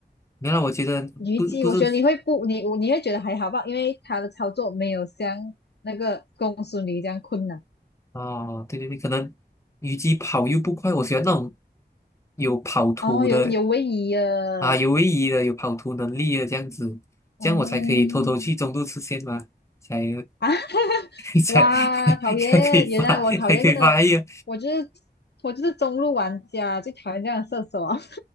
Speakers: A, on the left; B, on the left.
A: 原来我觉得不不是
B: 虞姬，我觉得你会不，你你会觉得还好吧，因为他的操作没有像那个公孙离这样困难。
A: 哦，对对对，可能虞姬跑又不快，我喜欢那种有跑图的
B: 哦，有有位移了，
A: 啊，有位移的，有跑图能力的这样子，这样我才可以偷偷去中路吃线嘛，
B: 嗯
A: 才
B: 啊，
A: <laughs> 才才才可以发，
B: 哇，讨厌！原来我讨厌的，
A: 才可以发 <laughs> 育。
B: 我就是我就是中路玩家，最讨厌这样的射手啊！